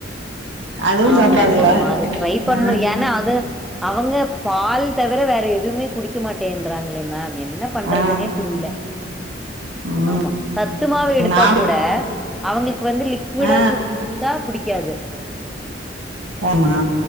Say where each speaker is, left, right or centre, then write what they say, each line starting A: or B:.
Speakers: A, on the right; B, in the centre.
A: அதுவும்
B: ஆமா
A: சாப்பிடாதுங்களா
B: ஆமா ஆமா அது ட்ரை பண்ணு
A: ஆ,
B: ஏன்னா அது அவங்க பால் தவிர வேற எதுமே குடிக்க மாட்டேன்றாங்ளே மேம் என்ன பண்றதுனே
A: ஆ,
B: புரில
A: ம்,
B: ஆமா சத்துமாவ் எடுத்தா
A: நான்
B: கூட அவங்களுக்கு வந்து லிக்விடா
A: ஆ,
B: குடுத்தா புடிக்காது
A: ஆமா